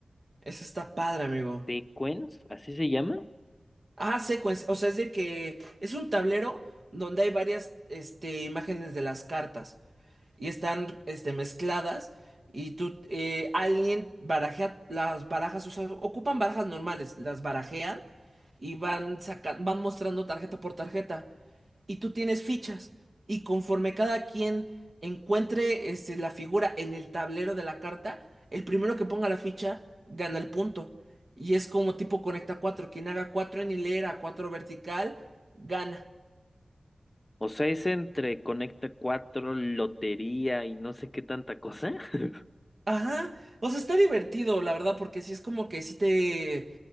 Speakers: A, on the right; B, on the left.
A: Ese está padre, amigo.
B: ¿Tequens? ¿Así se llama?
A: Ah, Sequence, o sea, es de que es un tablero donde hay varias, este, imágenes de las cartas y están este, mezcladas y tú, eh, alguien barajea las barajas, o sea, ocupan barajas normales, las barajean y van, saca- van mostrando tarjeta por tarjeta y tú tienes fichas y conforme cada quien encuentre este, la figura en el tablero de la carta, el primero que ponga la ficha gana el punto. Y es como tipo conecta cuatro, quien haga cuatro en hilera, cuatro vertical, gana.
B: O sea, es entre Conecta cuatro lotería y no sé qué tanta cosa. <laughs>
A: Ajá, o sea, está divertido, la verdad, porque sí es como que sí te,